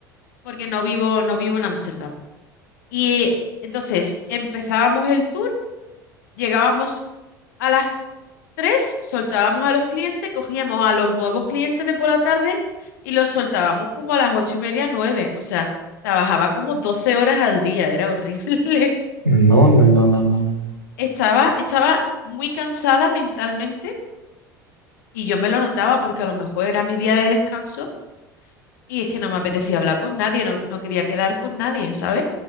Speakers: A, on the left; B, on the right.
A: porque no vivo, no vivo en Ámsterdam. Y entonces empezábamos el tour, llegábamos a las Tres, soltábamos a los clientes, cogíamos a los nuevos clientes de por la tarde y los soltábamos como a las ocho y media, nueve. O sea, trabajaba como 12 horas al día, era horrible. <laughs>
B: No, no, no, no, no, no. no.
A: Estaba, estaba muy cansada mentalmente y yo me lo notaba porque a lo mejor era mi día de descanso y es que no me apetecía hablar con nadie, no, no quería quedar con nadie, ¿sabes?